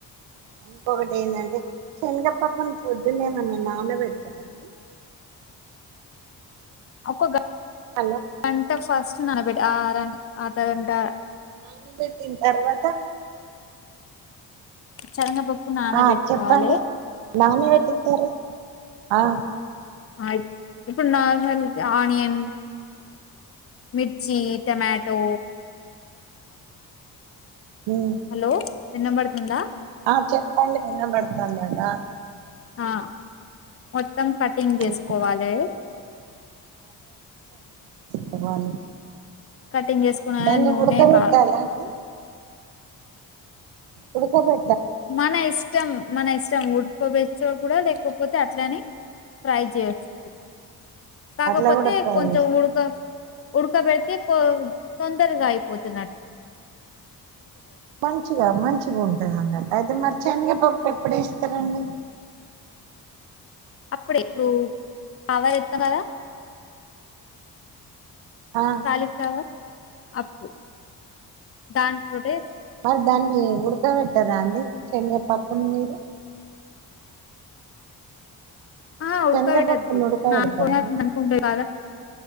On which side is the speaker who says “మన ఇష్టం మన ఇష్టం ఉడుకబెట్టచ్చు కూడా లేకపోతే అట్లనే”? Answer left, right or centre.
Left